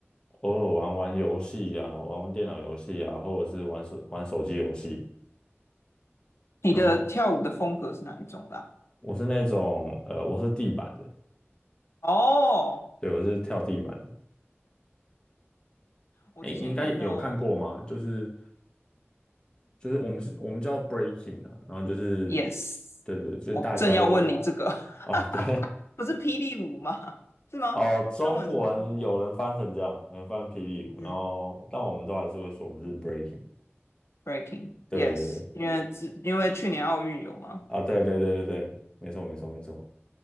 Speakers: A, on the left; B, on the left.
A: 偶尔玩玩游戏啊，玩玩电脑游戏啊，或者是玩手玩手机游戏。
B: 你的跳舞的风格是哪一种啦？
A: 然后我是那种呃，我是地板的，
B: 哦，
A: 对，我是跳地板的。
B: 我之前看到
A: 哎，你应该有看过吗？就是就是我们是我们叫 breaking 啊，然后就是
B: ，yes，
A: 对对，就是大家都
B: 我正要问你这个，<laughs>
A: 啊对
B: 不是霹雳舞吗？
A: <laughs>
B: 是吗？
A: 哦，中文有人翻成这样，
B: 中文是翻跳，
A: 有人翻霹雳舞，
B: 嗯
A: 然后但我们都还是会说我们是 breaking。
B: ，breaking，yes，
A: 对对对，
B: 因为之因为去年奥运有嘛，
A: 啊，对对对对对，没错没错没错。